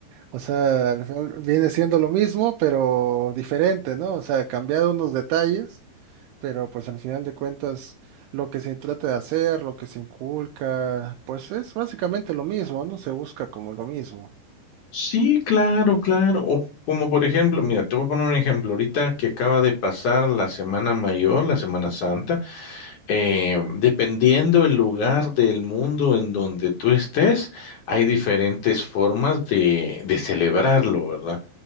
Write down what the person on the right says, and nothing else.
O sea, al final viene siendo lo mismo pero diferente, ¿no? O sea, cambiado unos detalles, pero pues al final de cuentas lo que se trata de hacer, lo que se inculca, pues es básicamente lo mismo, ¿no? Se busca como lo mismo.